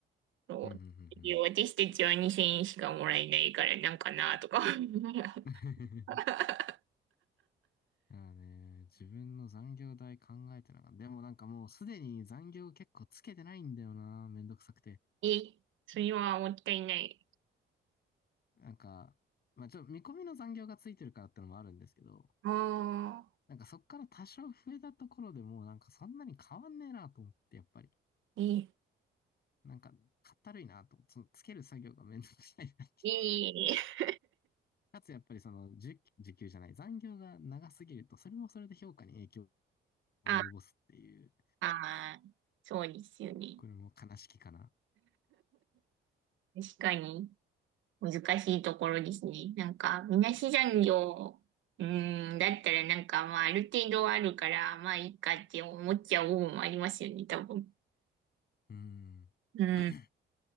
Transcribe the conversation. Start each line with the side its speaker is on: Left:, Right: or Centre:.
Right: そう。
Left: うんうんうんうん。
Right: 私たちは2000円しかもらえないからなんかなとか。うん
Left: <laughs>
Right: <laughs>
Left: だからね、自分の残業代考えてなかった。でもなんかもうすでに残業結構つけてないんだよな。めんどくさくて。
Right: え、それはもったいない。
Left: なんか、まあちょっと見込みの残業がついてるからってのもあるんですけど、
Right: ああ、
Left: なんかそっから多少増えたところでもうなんかそんなに変わんねえなと思って、やっぱり。
Right: え、
Left: なんか、かったるいなとその、つける作業がめんどくさいな <laughs>
Right: ええ、
Left: かつ、やっぱりその、時時給じゃない、残業が長すぎると、それもそれで評価に影響を及ぼすっていう、
Right: ああー、そうですよね。
Left: これも悲しきかな。
Right: 確かに難しいところですね。なんか、みなし残業、うーん、だったらなんかまあある程度あるから、まあいいかって思っちゃう部分もありますよね、多分。
Left: うん。<clears throat>
Right: うん。
Left: <laughs> だか